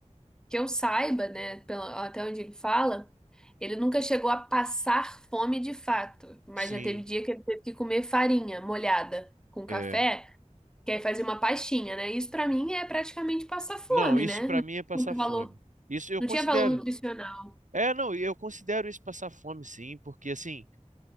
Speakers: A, in the centre; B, on the right (about 85°).
A: que eu saiba, né, pela- até onde ele fala, ele nunca chegou a passar fome de fato, mas
B: sim,
A: já teve dia que ele teve que comer farinha molhada com
B: é.
A: café, que aí fazia uma pastinha, né? Isso pra mim é praticamente passar fome,
B: Não, isso
A: né?
B: para
A: Não
B: mim
A: tinha
B: é passar
A: muito
B: fome.
A: valor,
B: Isso eu
A: não
B: considero.
A: tinha valor nutricional.
B: É, não, eu considero isso passar fome, sim, porque assim.